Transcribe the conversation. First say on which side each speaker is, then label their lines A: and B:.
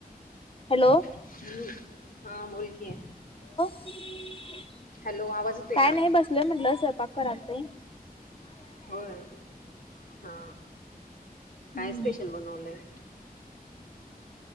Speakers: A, on the left; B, on the left.
A: हॅलो.
B: हू.. हां बोल की,
A: <unintelligible>
B: हॅलो आवाज येतोय
A: काय
B: का?
A: नाही बसलोय म्हटलं स्वयंपाक करालतो.
B: होय, हा.
A: हम्म
B: काय स्पेशल बनवलंय?